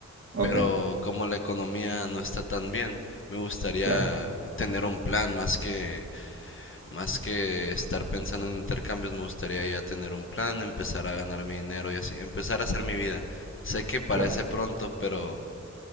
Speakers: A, on the right (about 55°); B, on the left (about 45°).
A: Ok,
B: pero como la economía no está tan bien, me gustaría
A: claro,
B: tener un plan más que Más que estar pensando en intercambios, me gustaría ya tener un plan, empezar a ganar mi dinero y así, empezar a hacer mi vida. Sé que parece
A: claro.
B: pronto, pero